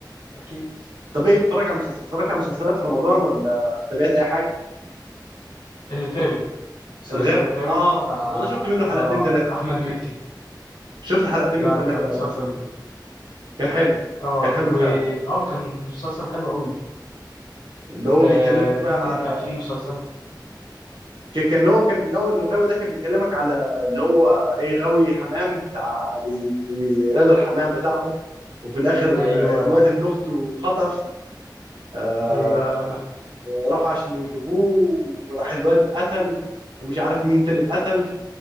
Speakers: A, on the left; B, on the right.
A: اكيد
B: طب ايه بتتفرج على مسلسل اتفرجت على مسلسلات في رمضان ولا تابعت اي حاجه
A: الغاوي مسلسل
B: الغاوي
A: الغاوي
B: اه
A: بتاع
B: والله شفت منه حلقتين
A: اه
B: ثلاثه
A: احمد مكي
B: شفت حلقتين منه
A: لا
B: ثلاثه
A: كان مسلسل
B: كان حلو
A: اه
B: كان حلو
A: و
B: فعلا
A: اه كان مسلسل حلو قوي
B: اللي هو
A: آه
B: بيكلمك بقى
A: ايه
B: على
A: تاني كان فيه مسلسل
B: ك- كان اللي هو كان الاول الغاوي ده كان بيكلمك على اللي هو ايه غاوي حمام بتاع بي- بينادوا الحمام بتاعهم وفي الاخر
A: ايوه
B: آه، الواد ابن اخته اتخطف آه،
A: ايوه
B: وراحوا عشان يجيبوه وراح الواد اتقتل ومش عارف مين تاني اتقتل